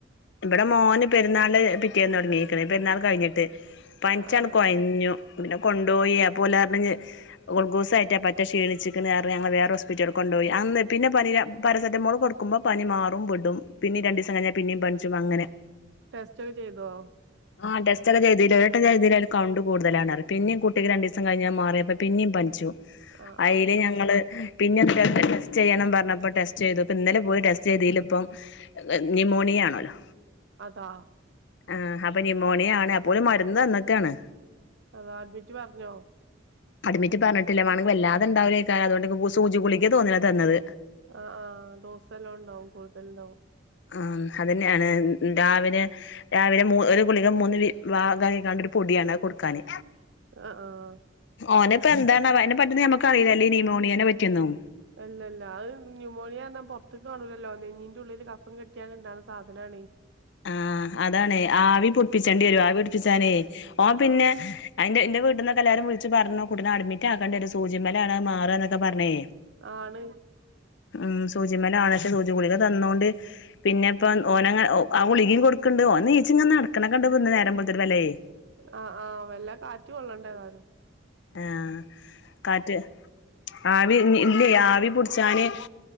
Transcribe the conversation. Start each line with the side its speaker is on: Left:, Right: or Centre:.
Left: ഇവിടെ മോന് പെരുന്നാള്ന്റെ പിറ്റേന്നു തുടങ്ങിക്ക്ണ് പെരുന്നാൾ കഴിഞ്ഞിട്ട് പനിച്ചണ്ട്
Right: ആ ആ
Left: കൊയഞ്ഞു പിന്നെ കൊണ്ടോയി അപ്പോ ഓല് പറഞ്ഞ് ഗ്ള്ക്കൂസ് കേറ്റാ പറ്റേ ക്ഷീണിച്ചിക്കണ് പറഞ്ഞ് ഞങ്ങള് വേറെ ഹോസ്പറ്റലിക്ക് കൊണ്ട് പോയി അന്ന് പിന്നെ പനിട പാരസെറ്റമോൾ കൊടുത്ത് ക്കുമ്പാ പനി മാറും വിടും പിന്നിം രണ്ടിസം കഴിഞ്ഞാൽ പിന്നിം പനിച്ചും അങ്ങനെ
Right: ടെസ്റ്റ് ഒക്കെ ചെയ്തോ
Left: ആഹ് ടെസ്റ്റ് ഒക്കെ ചെയ്തു ഒരെട്ടം ചെയ്തില് അയിൽ കൗണ്ട് കൂടുതലാണ് പിന്നെയും കുട്ടിക്ക് രണ്ടുദിവസം കഴിഞ്ഞ് അത്‌ മാറിയപ്പോ പിന്നിം പനിച്ചു
Right: ആ
Left: അയില്
Right: ആ
Left: ഞങ്ങള് പിന്നെ രക്തം ടെസ്റ്റ് ചെയ്യണം പറഞ്ഞപ്പോ ടെസ്റ്റ് ചെയ്തു ഇപ്പ ഇന്നല പോയി ടെസ്റ്റ് ചെയ്തിൽ ഇപ്പം ന്യൂമോണിയ ആണോലോ
Right: അതാ
Left: ആഹ് അപ്പൊ നിമോണിയ ആണ് അപ്പൊ ഓല് മരുന്ന് തന്ന്ക്കാണ്
Right: അതാ അഡ്മിറ്റ് പറഞ്ഞോ
Left: അഡ്മിറ്റ് പറഞ്ഞിട്ടില്ല വേണങ്കി വല്ലാതെണ്ടാവുലേക്കാലം അതുകൊണ്ട് ഗു സൂചിഗുളിഗ തോന്ന്ണ് തന്നത്
Right: ആഹ് ആഹ് ഡോസെല്ലം ഉണ്ടാവും കൂടുതല് ഇണ്ടാവും
Left: ആഹ് അതന്നെയാണ് ഉം രാവിലെ രാവിലെ മൂ ഒരു ഗുളിഗ മൂന്ന് വീ വാഗ ഭാഗാക്കിങ്ങാണ്ട് ഒരു പൊടിയാണ് അത് കൊടു ക്കാന്
Right: ആ ആ
Left: ഓനിപ്പ എന്താണ് ആവോ അയ്നെ പറ്റീട്ട് ഞമ്മക്ക് അറിയിലല്ലോ ഈ നിമോണിയനെ പറ്റിയൊന്നും
Right: അല്ലല്ല അത് ന്യൂമോണിയാറഞ്ഞാ പൊറത്ത്ക്ക് കാണൂലല്ലോ നെഞ്ഞിന്റെ ഉള്ളില് കഫം കെട്ടിയാല് ഇണ്ടാവ്ണ സാധനാണ്
Left: ആഹ് അതാണ് ആവി പുടിപ്പിച്ചേണ്ടി വരും ആവി പിടിപ്പിച്ചാനേ ഓൻ പിന്നെ
Right: ആഹ്
Left: അയിന്റെ ഇന്റെ വീട്ടീന്നൊക്ക എല്ലാരും വിളിച്ച് പറഞ്ഞു കുട്ടിനെ അഡ്മിറ്റ് ആക്കെണ്ടി വരും സൂചീമ്മലാണത് മാറാനൊക്കെ ക്ക പറഞ്ഞേ
Right: ആണ്
Left: ഉം സൂചിമലാണ് പക്ഷെ സൂചി ഗുളിക തന്നോണ്ട് പിന്നെ
Right: ആഹ്
Left: ഇപ്പം ഓനങ്ങന ഓ ആ ഗുളികേം കൊടുക്കൺണ്ട് ഓൻ നീച്ചിങ്ങന നടക്ക്ണൊക്കെണ്ട് പിന്നെ നേരം വെള്ത്തട്ട് വെലേയ്
Right: ആഹ് ആഹ് വെല്ലാ കാറ്റ് കൊള്ളണ്ട ഏതായാലും
Left: ആഹ് കാറ്റ് ആവി ഇ ഇല്ലേ ആവി പുടിച്ചാന്